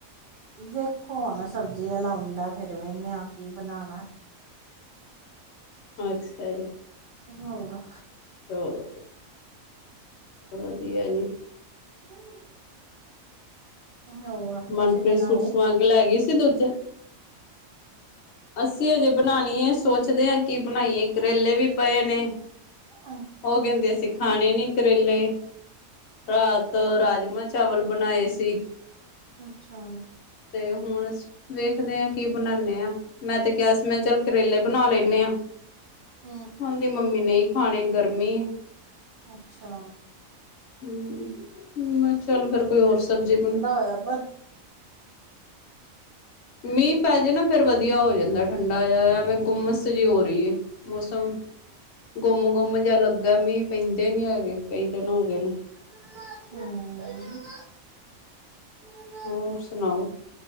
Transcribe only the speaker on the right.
ਵੇਖੋ ਹੁਣ ਸਬਜ਼ੀ ਆਲਾ ਆਉਂਦਾ ਫਿਰ ਵਿਨੈ ਆ ਕੀ ਬਣਾਣਾ
ਹੋੰਗਾ।
<inaudible> <inaudible>
ਬਣਾ
ਲਏ
ਅ
ਅੱਛਾ
ਹਾਂ।
ਅੱਛਾ।
ਆਯਾ ਪਰ
ਹੂੰ।